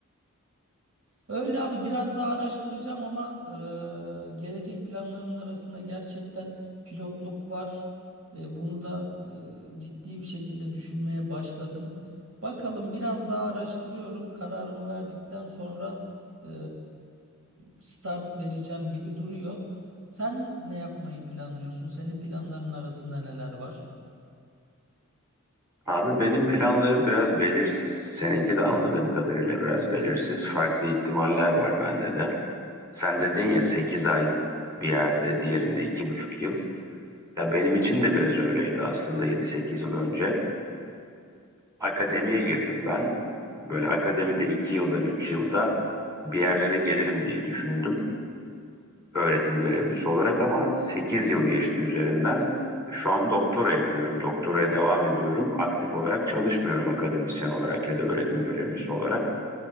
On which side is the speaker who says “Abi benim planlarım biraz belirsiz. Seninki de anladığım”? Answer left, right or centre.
Right